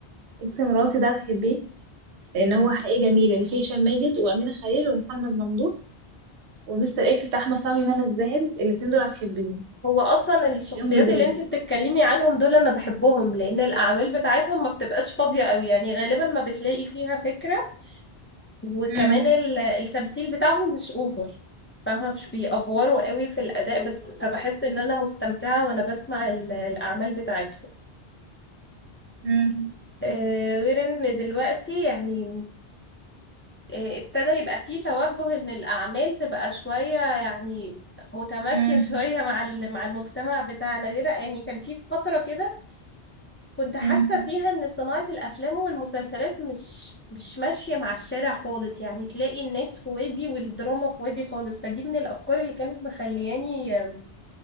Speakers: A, on the right; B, on the left.
A: اكس مراتي ده هتحبيه لان هو حقيقي جميل اللي فيه هشام ماجد وامينه خليل ومحمد ممدوح ومستر اكس بتاع احمد فهمي وهنا الزاهد الاثنين دول هتحبيهم
B: <laughs> هو أصلا الشخصيات
A: هتلاقيهم لذاذ
B: اللي انتي بتتكلمي عنهم دول أنا بحبهم لأن الأعمال بتاعتهم ما بتبقاش فاضية أوي يعني غالبا ما بتلاقي فيها فكرة وكمان
A: مم.
B: ال- التمثيل بتاعهم مش أوفر فاهمة مش بيأفوروا قوي في الأداء بس فبحس إن أنا مستمتعة وأنا بسمع ال- الأعمال بتاعتهم
A: مم.
B: آه، غير إن دلوقتي يعني آه، ابتدى يبقى فيه توجه ان الاعمال تبقى شوية يعني متماشية
A: مم.
B: <laughs> شوية مع ال- مع المجتمع بتاعنا غير يعني كان في فترة كده كنت حاسة
A: مم.
B: فيها ان صناعة الافلام والمسلسلات مش مش ماشية مع الشارع خالص يعني تلاقي الناس في وادي والدراما في وادي خالص فدي من الافكار اللي كانت مخلياني آه،